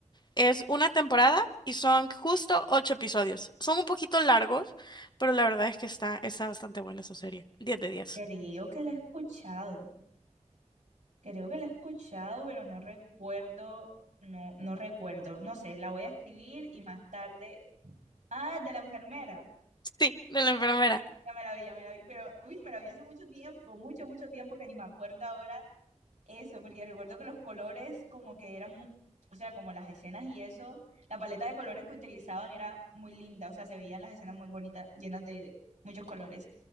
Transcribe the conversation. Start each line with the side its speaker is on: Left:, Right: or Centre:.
Left: Es una temporada y son justo ocho episodios. Son un poquito largos, pero la verdad es que está, está bastante buena esa serie. diez de diez
Right: Creo que la he escuchado. Creo que la he escuchado, pero no recuerdo. No, no recuerdo. No sé, la voy a escribir y más tarde. Ah, de la enfermera.
Left: Sí, de la enfermera.
Right: Ya me la vi, ya me la vi, pero uy, me la vi hace mucho tiempo, mucho, mucho tiempo que ni me acuerdo ahora Eso, porque recuerdo que los colores como que eran, mu- o sea, como las escenas y eso, la paleta de colores que utilizaban era muy linda, o sea, se veían las escenas muy bonitas, llenas de muchos colores.